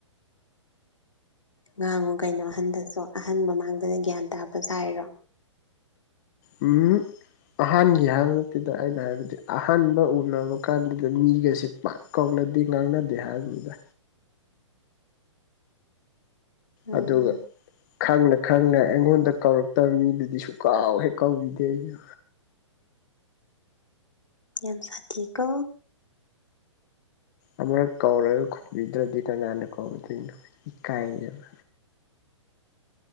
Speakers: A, on the left; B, on the left.
A: ꯉꯥꯡꯉꯨ ꯀꯩꯅꯣ ꯑꯍꯟꯗꯁꯨ ꯑꯍꯟ ꯃꯃꯥꯡꯗꯅ ꯒ꯭ꯌꯥꯟ ꯇꯥꯕ ꯁꯥꯏꯔꯣ
B: ꯎꯝ ꯑꯍꯥꯟꯕꯒꯤ ꯍꯥꯏꯕ ꯅꯠꯇꯦꯗ ꯑꯩꯅ ꯍꯥꯏꯕꯗꯤ ꯑꯍꯥꯟꯕ ꯎꯅꯕ ꯀꯥꯟꯗꯨꯗ ꯃꯤꯒꯁꯦ ꯄꯥꯛ ꯀꯧꯅꯗꯦ ꯉꯥꯡꯅꯗꯦ ꯍꯥꯏꯕꯅꯤꯗ
A: ꯎꯝ
B: ꯑꯗꯨꯒ ꯈꯪꯅ ꯈꯪꯅ ꯑꯩꯉꯣꯟꯗ ꯀꯧꯔꯛ ꯇꯕ ꯃꯤꯗꯨꯗꯤ ꯁꯨꯀꯥꯎ ꯍꯦꯛ ꯀꯥꯎꯏꯗꯦ ꯑꯩꯅ
A: ꯌꯥꯝ ꯁꯥꯊꯤꯀꯣ
B: ꯑꯃꯔꯛ ꯀꯧꯔꯒ ꯈꯨꯝꯕꯤꯗ꯭ꯔꯗꯤ ꯀꯅꯥꯅ ꯀꯧꯗꯣꯏꯅꯣ ꯏꯀꯥꯏꯌꯦꯕ